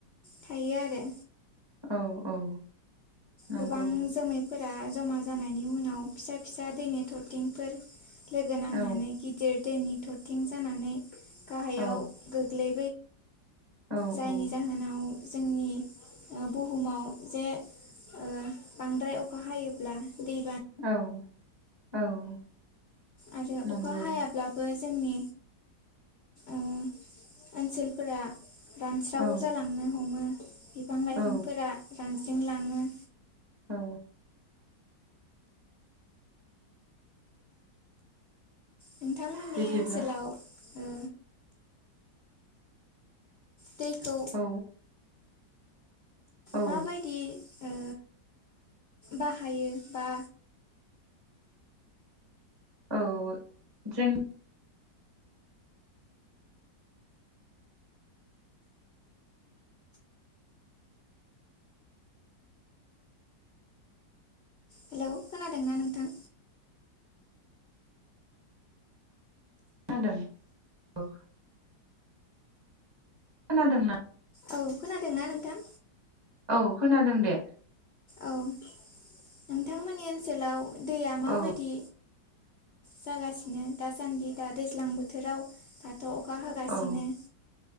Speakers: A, on the left; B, on the right.
A: थायो आरो।
B: औ औ। नंगौ
A: गोबां जोमै फोरा जमा जानायनि उनाव फिसा फिसा दैनि थरथिंफोर लोगो नांनानै
B: औ
A: गिदिर दैनि थरथिं जानानै गाहायाव
B: औ
A: गोग्लै
B: औ
A: जायनि
B: औ
A: जाहोनाव जोंनि बुहुमाव जे ओ बांद्राय अखा हायोब्ला दै
B: औ औ।
A: आरो
B: नंगौ
A: अखा हायाब्लाबो जोंनि ओ ओनसोलफोरा रानस्राव
B: औ
A: जालांनो हमो। बिफां लाइफांफोरा
B: औ
A: रान ज्रिंलाङो।
B: औ।
A: नोंथांमोननि
B: बिदिब्ला
A: ओनसोलाव उम। दैखौ
B: औ औ
A: माबायदि ओ बाहायो बा
B: औ जों
A: हेलौ खोनादोंना नोंथां
B: खोनादोंऔ खोनादोंना
A: औ खोनादोंना नोंथां
B: औ खोनादों दे
A: औ नोंथांमोननि ओनसोलाव दैया माबायदि
B: औ
A: जागासि दासान्दि दा दैज्लांबो बोथोराव दाथ अखा हागासिनो
B: औ